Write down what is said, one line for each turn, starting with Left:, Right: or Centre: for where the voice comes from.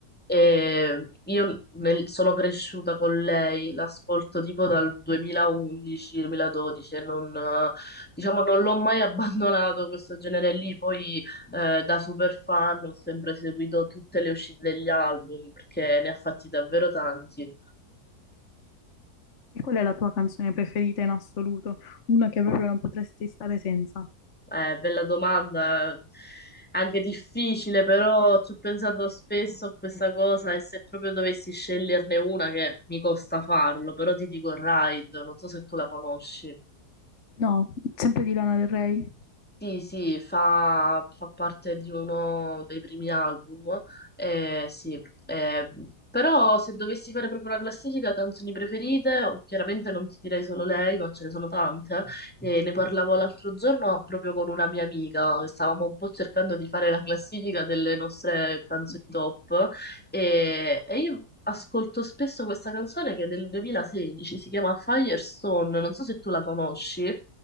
Centre: E io nel- sono cresciuta con lei, l'ascolto tipo dal 2011-2012 e non, eh, diciamo, non l'ho mai abbandonato questo genere lì. Poi eh, da super fan ho sempre seguito tutte le uscite degli album perché ne ha fatti davvero tanti.
Left: E qual è la tua canzone preferita in assoluto? Una che proprio non potresti stare senza?
Centre: Eh, bella domanda, anche difficile, però ci ho pensato spesso a questa cosa e se proprio dovessi sceglierne una che mi costa farlo, però ti dico Ride, non so se tu la conosci.
Left: No, sempre di Lana Del Rey.
Centre: Sì, sì, fa, fa parte di uno dei primi album, eh, sì. eh, però se dovessi fare proprio una classifica canzoni preferite, oh, chiaramente non ti direi solo lei, ma ce ne sono tante. E ne parlavo l'altro giorno proprio con una mia amica, stavamo un po' cercando di fare la classifica delle nostre canzoni top e, e io ascolto spesso questa canzone che è del 2016, si chiama Firestone, non so se tu la conosci